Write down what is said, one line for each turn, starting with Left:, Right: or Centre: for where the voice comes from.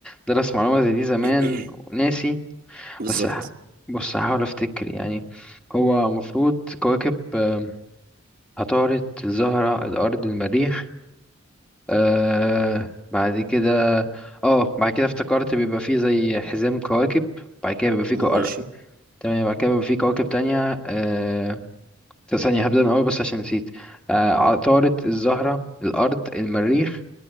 Centre: درس معلومة زي دي زمان
Right: <coughs>
Centre: وناسي
Right: <clears throat> بالظبط
Centre: بس ه- بص هحاول افتكر يعني هو المفروض كواكب آه، عطارد الزهرة الارض المريخ آه بعد كده اه بعد كده افتكرت بيبقى فيه زي حزام كواكب بعد كده بيبقى فيه
Right: ماشي
Centre: تمام بعد كده بيبقى في كواكب تانية آه... ثانية هبدأ من الأول بس عشان نسيت آه... عطارد الزهرة الأرض المريخ